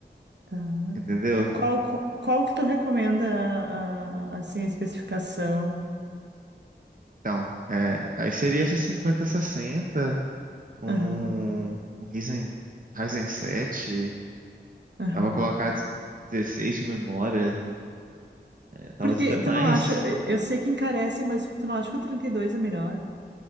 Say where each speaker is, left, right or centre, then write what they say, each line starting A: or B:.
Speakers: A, on the right (about 70°); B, on the right (about 45°).
A: tá.
B: entendeu?
A: Qual, qual, qual que tu recomenda, a, a- assim, a especificação?
B: Então, é, aí seria essa 50-60, um,
A: Aham,
B: um Ryzen, Ryzen 7,
A: aham.
B: dá pra colocar 16 de memória, é, talvez
A: Porque
B: até mais,
A: tu não acha, eu sei que encarece, mas tu não acha que o 32 é melhor?